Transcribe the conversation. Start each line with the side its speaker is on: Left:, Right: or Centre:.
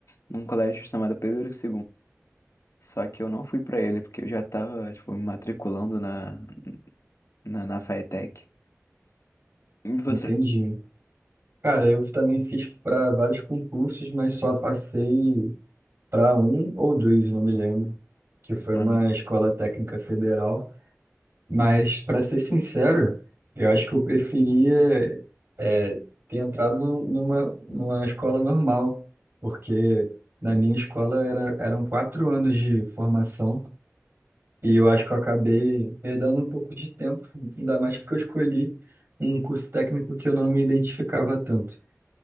Left: num colégio chamado Pedro II. Só que eu não fui pra ele, porque eu já tava, tipo, me matriculando na, na, na FATEC. E você?
Right: Entendi. Cara, eu também fiz para vários concursos, mas só passei para um ou dois, não me lembro, que foi
Left: Aham.
Right: uma escola técnica federal. Mas, para ser sincero, eu acho que eu preferia é, ter entrado num- numa, numa escola normal, porque na minha escola era, eram quatro anos de formação e eu acho que eu acabei perdendo um pouco de tempo, ainda mais porque eu escolhi um curso técnico que eu não me identificava tanto.